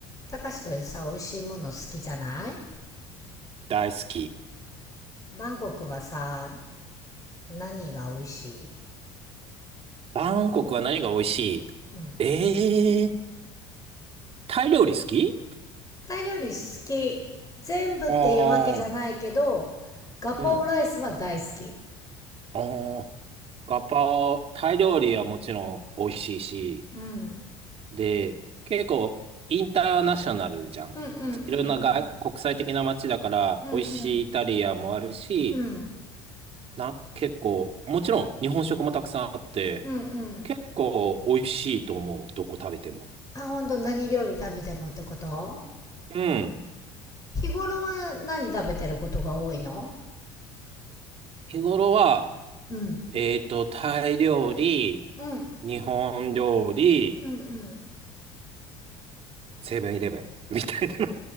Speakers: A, on the left; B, on the right.
A: たかしくんさ、美味しいもの好きじゃない
B: 大好き。
A: バンコクはさ、何が美味しい
B: バンコクは何が美味しい
A: うん。
B: えー、タイ料理好き
A: タイ料理好き。全部っていうわけじゃないけど、
B: あー、
A: ガパオライスは大好き。
B: うん。あー、ガパオ、タイ料理はもちろん美味しいし、
A: うん。
B: で、結構インターナショナルじゃん。
A: うんうんうん
B: いろんな外国際的な街だから、
A: うん。うん
B: 美味しいイタリアもあるし、
A: うん。うん。
B: な、結構、もちろん日本食もたくさんあって、
A: うんうん。
B: 結構美味しいと思う、どこ食べても。
A: あ、ほんと何料理食べてもってこと
B: うん。
A: 日頃は何食べてることが多いの
B: 日頃は、
A: うん。
B: えーと、タイ料理、
A: うん。
B: 日本料理、
A: うんうん。
B: セブンイレブンみたいなのが